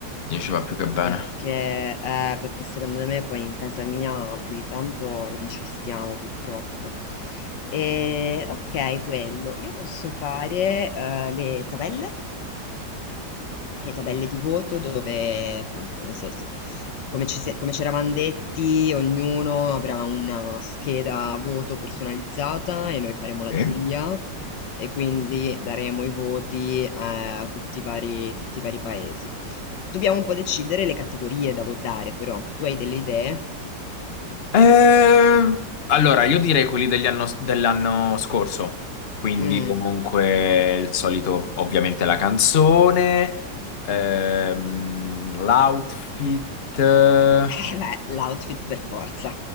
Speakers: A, on the left (about 40°); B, on the left (about 80°).
A: 10 va più che bene.
B: perché, eh, perché secondo me poi in casa mia più di tanto non ci stiamo purtroppo. E, ok, quello. Io posso fare eh, le tabelle? le tabelle di voto dove, appunto, nel senso, come ci, si- come ci eravamo detti, ognuno avrà una scheda a voto personalizzata e noi faremo la
A: Sì.
B: giuria e quindi daremo i voti eh, a tutti i vari, tutti i vari paesi. Dobbiamo un po' decidere le categorie da votare, però. Tu hai delle idee?
A: Eh, allora, io direi quelli degli anno- dell'anno scorso, quindi
B: Mm.
A: comunque il solito, ovviamente la canzone, ehm, l'outfit, eh,
B: Eh beh, l'outfit per forza.